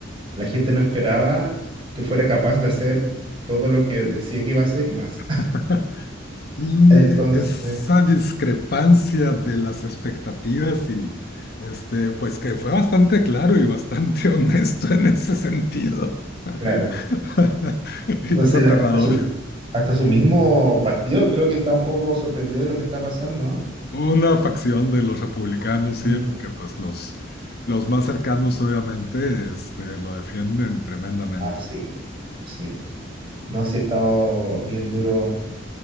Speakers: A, on the right; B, on the left.
A: la gente no esperaba que fuera capaz de hacer todo lo que decía que iba a hacer y más.
B: <laughs>
A: <laughs>
B: Y
A: Entonces,
B: eh, esa discrepancia de las expectativas y este, pues que fue bastante claro y bastante <laughs> honesto en ese sentido. <laughs>
A: Claro. Entonces,
B: Y es aterrador.
A: la- hasta su, hasta su mismo partido creo que está un poco sorprendido de lo que está pasando, ¿no?
B: Una facción de los republicanos, sí,
A: Mm,
B: que pues los, los más cercanos obviamente este, lo defienden tremendamente.
A: Ah, sí, sí. No, sí ha estado bien duro.